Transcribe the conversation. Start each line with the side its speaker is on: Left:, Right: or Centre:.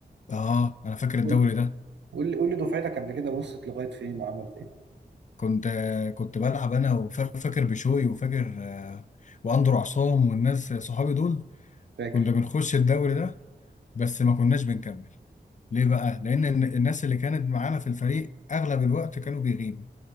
Left: آه أنا فاكر الدوري
Right: قول لي
Left: ده
Right: قول لي قول لي دفعتك قبل كده وصلت لغايه فين وعملت ايه
Left: كنت كنت بلعب أنا وفاكر بشوي وفاكر آه، وأندرو عصام والناس صحابي دول
Right: فاكر
Left: كنا بنخش الدوري ده بس ما كناش بنكمل ليه بقى؟ لأن الن- الناس اللي كانت معانا في الفريق أغلب الوقت كانوا بيغيبوا